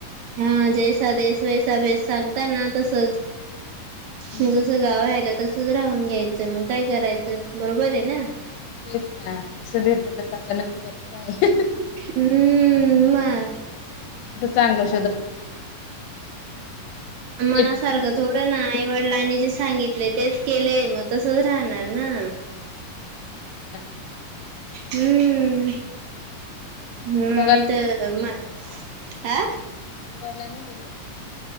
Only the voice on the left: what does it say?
हम्म
हेच ना जस भेटलं तसता न ककीबातच आहे.
चांगलषध
ते पण
त्याच्यातच
नाही
<unintelligible>
मग
आता
पला नाही गेले.